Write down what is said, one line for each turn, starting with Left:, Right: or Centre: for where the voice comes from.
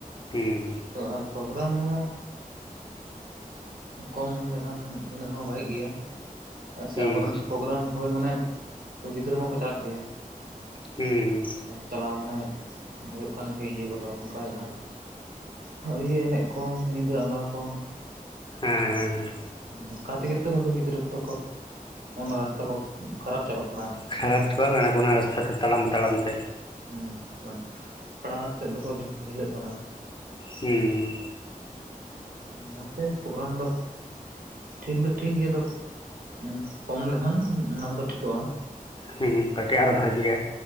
Left: ᱦᱩᱸ᱾
Right: ᱛᱚ ᱟᱨ ᱯᱨᱳᱜᱨᱟᱢ ᱦᱚᱸ ᱠᱚᱢ ᱞᱮᱠᱷᱟᱱ ᱤᱱᱟᱹ ᱦᱚᱸ ᱵᱷᱟᱜᱮᱜ ᱜᱮᱭᱟ᱾ ᱟ ᱥᱮ
Left: ᱦᱩᱸ ᱦᱩᱸ
Right: ᱟᱵᱚᱨᱮᱱ ᱯᱨᱳᱜᱨᱟᱢ ᱦᱩᱭ ᱢᱟᱱᱮ ᱜᱤᱫᱽᱨᱟᱹ ᱢᱟᱠᱚ ᱪᱟᱞᱟᱜ ᱜᱮᱭᱟ᱾
Left: ᱦᱩᱸ ᱦᱩᱸ᱾
Right: ᱪᱟᱞᱟᱣ ᱢᱟᱱᱮ ᱦᱩᱭᱩᱜ ᱠᱟᱱ ᱜᱮ ᱤᱭᱟᱹ ᱠᱚᱫᱚ᱾ ᱟᱫᱚ ᱚᱱᱠᱟ ᱡᱟᱦᱟᱸ ᱦᱚ ᱤᱭᱟᱹ ᱮᱱᱮᱡ ᱠᱚ ᱧᱤᱫᱟᱹ ᱟᱸᱜᱟ ᱠᱚ᱾
Left: ᱦᱮᱸ ᱦᱮᱸ ᱦᱮᱸ᱾
Right: ᱚᱱᱠᱟ ᱛᱮᱜᱮ ᱛᱚ ᱜᱤᱫᱽᱨᱟᱹ ᱠᱚᱫᱚ ᱠᱚ ᱚᱱᱟ ᱨᱟᱥᱛᱟ ᱠᱚ ᱠᱷᱟᱨᱟᱯ ᱪᱟᱵᱟᱜ ᱠᱟᱱᱟ
Left: ᱠᱷᱟᱨᱟᱯ ᱪᱟᱵᱟᱜ ᱠᱟᱱᱟ ᱠᱚ ᱚᱱᱟ ᱨᱟᱥᱛᱟ ᱛᱮ ᱛᱟᱲᱟᱢ ᱛᱟᱲᱟᱢ ᱛᱮ᱾
Right: ᱦᱩᱸ ᱵᱟᱝ ᱯᱟᱲᱦᱟᱣ ᱥᱮᱫ ᱫᱚᱠᱚ ᱵᱷᱤ-ᱰᱷᱤᱞᱟᱹᱜ ᱠᱟᱱᱟ᱾
Left: ᱦᱩᱸ ᱦᱩᱸ᱾
Right: ᱚᱱᱟᱛᱮ ᱯᱨᱳᱜᱨᱟᱢ ᱫᱚ ᱴᱷᱤᱠ ᱫᱚ ᱴᱷᱤᱠ ᱜᱮᱭᱟ ᱟᱫᱚ ᱩᱸ ᱠᱚᱢ ᱞᱮᱠᱷᱟᱱ ᱚᱱᱟ ᱠᱚᱫᱚ ᱴᱷᱤᱠᱚᱜᱼᱟ᱾
Left: ᱦᱮᱸ ᱠᱟᱹᱴᱤᱡ ᱟᱨᱚ ᱵᱷᱟᱹᱜᱤᱜᱼᱟ᱾